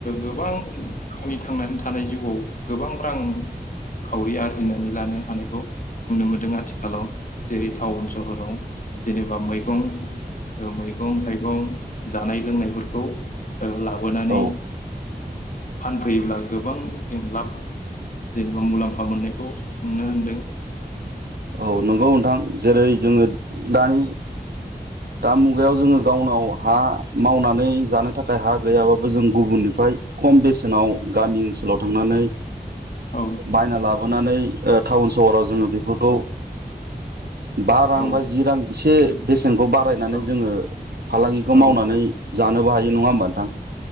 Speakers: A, on the left; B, on the right.
A: गोबां गावनि थांनानै थानाय जिउआव गोबां रां खावरि आरजिनानै लानो हानायखौ नुनो मोनदों आथिखालाव जेरै टाउन सहराव जेनेबा मैगं ओ मैगं थाइगं जानाय लोंनायफोरखौ। ओ लाबोनानै
B: औ
A: फानफैयोब्ला गोबां जों लाब जेनेबा मुलाम्फा मोननायखौ नुनो होनदों।
B: औ नंगौ नोंथां जेरै जोङो दानि दा मुगायाव जोङो गावनाव हा मावनानै जानो थाखाय हा गैयाबाबो जों गुबुननिफ्राय खम बेसेनाव गामि ओनसोलाव थांनानै
A: औ
B: बायना लाबोनानै ओ टाउन सहराव जोङो बेफोरखौ बा रां
A: औ
B: बा जि रां एसे बेसेनखौ बार बायनानै
A: औ
B: जोङो फालांगिखौ
A: औ
B: मावनानै जानोबो हायो ज नङा होमबा नोंथां